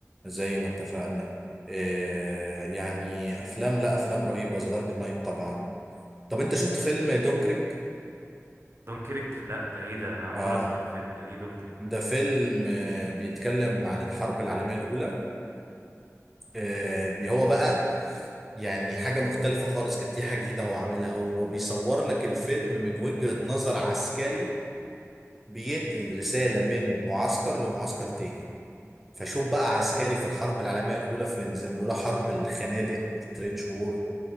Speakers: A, in the centre; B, on the right.
A: زي ما اتفقنا آه، يعني افلام لا افلام رهيبه ذا دارك نايت طبعا طب انت شفت فيلم دونكريك
B: دونكريك لا ده ايه ده انا اول
A: اه
B: مره اسمع الفيلم ده ايه دونكريك
A: ده
B: ده
A: فيلم آه، بيتكلم عن الحرب العالميه الاولى آه، بي- هو بقى يعني حاجه مختلفه خالص كانت دي حاجه جديده هو عاملها هو بيصور لك الفيلم من وجهه نظر عسكري بينقل رساله من معسكر لمعسكر تاني فشوف بقى
B: مم.
A: عسكري في الحرب العالمية الأولى في زي ما بيقولوا حرب الخنادق ترينش وور